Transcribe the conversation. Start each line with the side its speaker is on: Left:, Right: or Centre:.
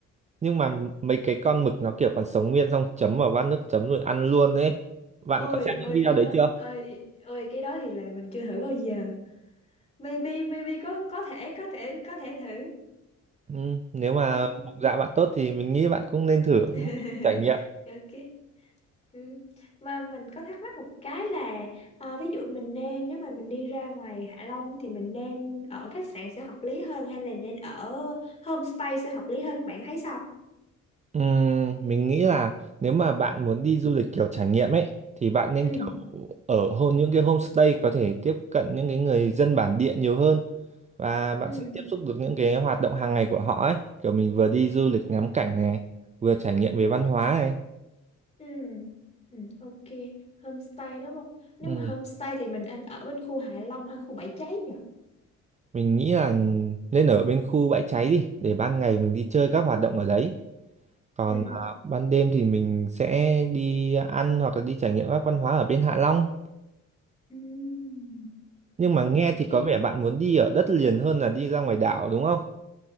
Right: Nhưng mà mấy cái con mực nó kiểu còn sống nguyên xong chấm vào bát nước chấm rồi ăn luôn ấy. Bạn
Left: ôi
Right: có xem những
Left: ôi
Right: video
Left: cái
Right: đấy
Left: đó
Right: chưa?
Left: ôi ôi cái đó thì là mình chưa thử bao giờ Maybe, maybe có có thể có thể có thể thử.
Right: Ừ, nếu mà
Left: Ừ.
Right: bụng dạ bạn tốt thì mình nghĩ bạn cũng nên thử
Left: <laughs>
Right: cũng là một trải nghiệm.
Left: Ok. Ừ. Mà mình có thắc mắc một cái là ờ, ví dụ mình nên nếu mà mình đi ra ngoài Hạ Long thì mình nên ở khách sạn sẽ hợp lý hơn hay là nên ở homestay sẽ hợp lý hơn bạn thấy sao?
Right: Ừ, mình nghĩ là nếu mà bạn muốn đi du lịch kiểu trải nghiệm ấy thì bạn nên
Left: Ừ.
Right: kiểu ở hôn những cái homestay có thể tiếp cận những cái người dân bản địa nhiều hơn và bạn
Left: Ừ.
Right: sẽ tiếp xúc được những cái hoạt động hàng ngày của họ ấy. Kiểu mình vừa đi du lịch ngắm cảnh này, vừa trải nghiệm về văn hóa này.
Left: Ừ. Ừ. Ok. Homestay đúng không? Nếu
Right: Ừ.
Left: mà homestay thì mình nên ở bên khu Hạ Long hay khu Bãi Cháy nhỉ?
Right: Mình nghĩ là nên ở bên khu bãi cháy đi để ban ngày mình đi chơi các hoạt động ở đấy. Còn
Left: Ừ.
Right: à, ban đêm thì mình sẽ đi ăn hoặc là đi trải nghiệm các văn hóa ở bên Hạ Long.
Left: Ừ.
Right: Nhưng mà
Left: Ok.
Right: nghe thì có vẻ bạn muốn đi ở đất liền hơn là đi ra ngoài đảo đúng không?